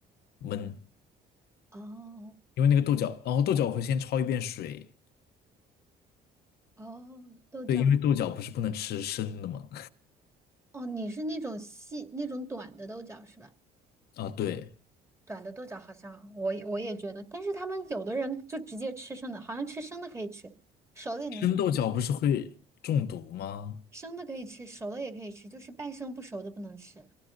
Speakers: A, on the left; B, on the right.
A: 焖，
B: 哦
A: 因为那个豆角，然后豆角我会先焯一遍水，
B: 哦，豆角，
A: 对，因为豆角不是不能吃生的嘛。
B: 哦，你是那种细那种短的豆角是吧？
A: 啊，对，
B: 短的豆角好像我也我也觉得，但是他们有的人就直接吃生的，好像吃生的可以吃，熟的也能，
A: 生豆角不是会中毒吗？
B: 生的可以吃，熟的也可以吃，就是半生不熟的不能吃。